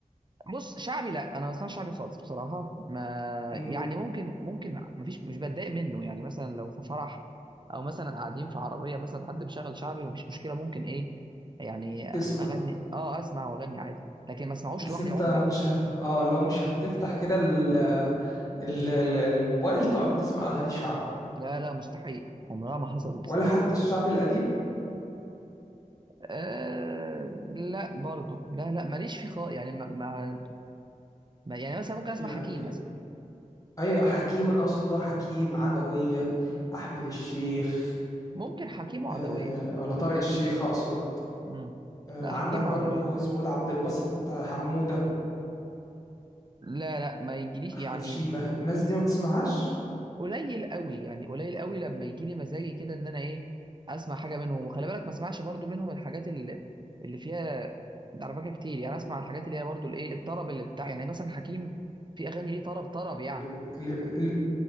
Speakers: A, on the right; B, on the left.
A: بص شعبي لا انا ما بسمعش شعبي خالص بصراحه ما
B: امم
A: يعني ممكن ممكن مفيش مش بتضايق منه يعني مثلا لو في فرح او مثلا قاعدين في عربيه مثلا حد مشغل شعبي مفيش مشكله ممكن ايه يعني
B: تسمع
A: اغني اه اسمع واغني عادي لكن ما اسمعوش
B: بس
A: لوحدي
B: انت
A: عمري
B: مش ه... اه لو مش هتفتح كده ال... ال... ال- الموبايل تقعد تسمع اغاني شعبي
A: لا لا مستحيل عمرها ما حصلت بصراحه
B: ولا حتى الشعبي القديم
A: آه لا برضو لا لا ماليش فيه خالص يعني ما, ما ما- يعني مثلا ممكن اسمع
B: يعني
A: حكيم مثلا
B: أي حكيم أنا أقصد له حكيم عدوية أحمد الشيخ
A: ممكن حكيم وعدوية
B: آه ولا طارق الشيخ أقصد
A: امم
B: آه
A: لا
B: عندك
A: حكيم
B: برضو
A: وعدوية
B: اسمه إيه ده عبد الباسط حمودة
A: لا لا ما يجيليش
B: أحمد
A: يعني
B: شيبة الناس دي ما بتسمعهاش
A: قليل قوي يعني قليل قوي لما يجي لي مزاجي كده ان انا ايه اسمع حاجة منهم وخلي بالك ما اسمعش برضو منهم الحاجات اللي اللي فيها دربكة كتير يعني اسمع الحاجات اللي هي برضو الايه الطرب اللي بتاع يعني مثلا حكيم في اغاني ليه طرب طرب يعني
B: ال- ال- ال- ال-